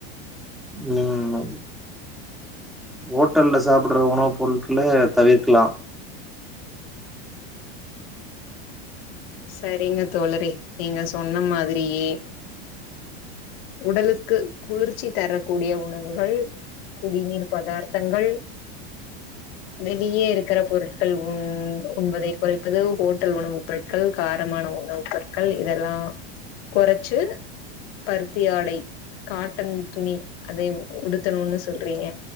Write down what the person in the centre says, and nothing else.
உம் ஹோட்டல்ல சாப்டுற உணவு பொருட்கள தவிர்க்கலா